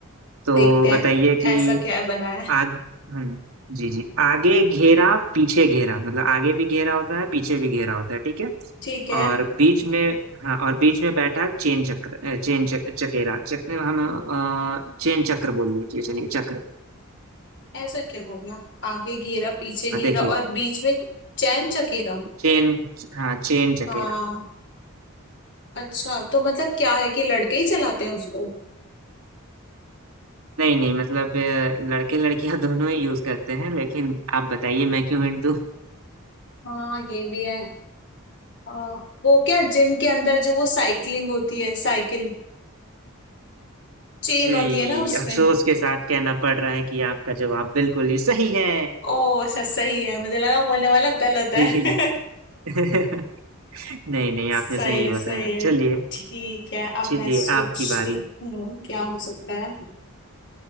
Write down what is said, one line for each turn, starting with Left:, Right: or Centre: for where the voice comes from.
Right: तो
Left: देखते हैं
Right: बताइए कि
Left: ऐसा क्या बनाया है।
Right: आग हम्म जी जी आगे घेरा पीछे घेरा मतलब आगे भी घेरा होता है पीछे भी घेरा होता है ठीक है
Left: ठीक है
Right: और बीच में हाँ और बीच में बैठा चेन चक्र अ, चेन चक, चकेरा चक्र हम अ, चेन चक्र बोल लीजिए चलिए चक्र
Left: ऐसा क्या हो गया आगे घेरा पीछे घेरा
Right: हाँ देखिए
Left: और बीच में चैन चकेरा
Right: चेन हाँ चेन चकेरा
Left: हाँ अच्छा तो मतलब क्या है कि लड़के ही चलाते हैं उसको
Right: नहीं नहीं मतलब अ, लड़के लड़कियां दोनों ही यूज करते हैं लेकिन आप बताइए मैं क्यों हिंट दूं
Left: हाँ ये भी है हाँ, वो क्या जिम के अंदर जो वो साइकिलिंग होती है साइकिल चेन
Right: जी
Left: होती है ना उसमें
Right: अफसोस के साथ कहना पड़ रहा है कि आपका जवाब बिल्कुल ही सही है
Left: ओ अच्छा सही है मुझे लगा बोलने वाला गलत है
Right: जी
Left: <laughs>
Right: <laughs> नहीं नहीं
Left: सही
Right: आपने सही
Left: है
Right: बताया
Left: सही है
Right: चलिए
Left: ठीक है अब
Right: चलिए
Left: मैं सोचती
Right: आपकी बारी
Left: हूँ क्या हो सकता है